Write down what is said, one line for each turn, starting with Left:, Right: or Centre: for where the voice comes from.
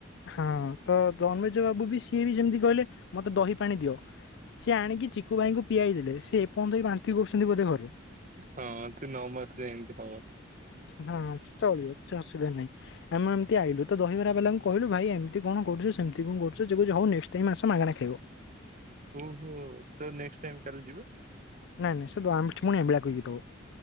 Left: ହଁ ତ ଜନ୍ମେଜୟ ବାବୁ ବି। ସିଏ ବି ଯେମିତି କହିଲେ ମତେ ଦହି ପାଣି ଦିଅ। ସେି ଆଣିକି ଚିକୁ ଭାଇଙ୍କୁ ପିଆଇ ଦେଲେ ସେ ଏପର୍ଯ୍ୟନ୍ତ ବାନ୍ତିି କରୁଛନ୍ତି ବୋଧେ ଘରେ।
Right: ହଁ ସେ ନଅ ମାସ ଯାଏଁ ଏମତି ହବ।
Left: ହଁ ସେ ଚଳିବ କିଛି ଅସୁବିଧା ନାହିଁ। ଆମେ ଏମତି ଆଲୁ ତ ଦହିବରା ବାଲାଙ୍କୁ କହିଲୁ ଭାଇ ଏମିତି କଣ କରୁଛ ସେମିତି କଣ କରୁଛ ସେ କହୁଛି ନେଷ୍ଟ ଟାଇମ୍ ଆସ ମାଗଣା ଖାଇବ।
Right: ଓହୋ ତ ନେଷ୍ଟ ଟାଇମ୍ କାଲି ଯିବ।
Left: ନାଇଁ ନାଇଁ ସେ ଦଉ ପୁଣି ଆମ୍ଭିଳା କରିକିଦବ।